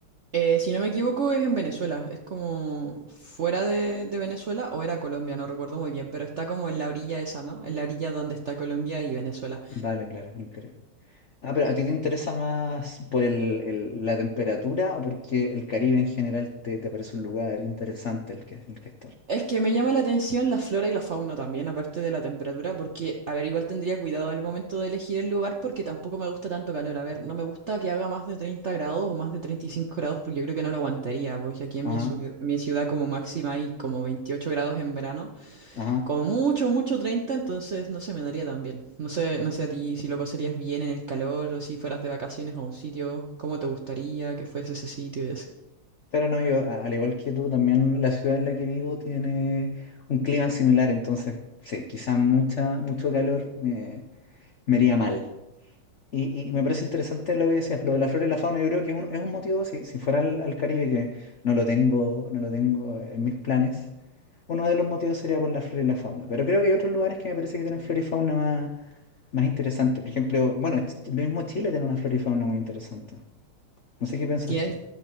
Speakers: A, on the right; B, on the left.
A: Eh, si no me equivoco, es en Venezuela. Es como fuera de, de Venezuela o era Colombia, no recuerdo muy bien, pero está como en la orilla esa, ¿no? En la orilla donde está Colombia y Venezuela.
B: Vale, claro, en el Caribe. Ah, pero ¿a ti te interesa más por el, el- la temperatura o porque el Caribe en general te, te parece un lugar interesante el que, el que estar?
A: Es que me llama la atención la flora y la fauna también, aparte de la temperatura, porque, a ver, igual tendría cuidado al momento de elegir el lugar porque tampoco me gusta tanto calor. A ver, no me gusta que haga más de 30 grados o más de 35 grados porque yo creo que no lo aguantaría, pues aquí en
B: Ajá,
A: mi, ciu- mi ciudad como máxima hay como 28 grados en verano.
B: ajá.
A: Como mucho, mucho treinta entonces no se me daría tan bien. No sé, no sé a ti si lo pasarías bien en el calor o si fueras de vacaciones a un sitio, cómo te gustaría que fuese ese sitio y así.
B: Claro, no, yo, a- al igual que tú, también la ciudad en la que vivo tiene un clima similar, entonces, sí, quizás mucha, mucho calor me, me haría mal. Y, y me parece interesante lo que decías, lo de la flora y la fauna, yo creo que es un, es un motivo, si, si fuera al, al Caribe, que no lo tengo, no lo tengo en mis planes, uno de los motivos sería por la flora y la fauna, pero creo que hay otros lugares que me parece que tienen flora y fauna más, más interesante, por ejemplo, bueno, Ch- mismo Chile tiene una flora y fauna muy interesante, no sé qué piensas
A: Tienes,
B: tú.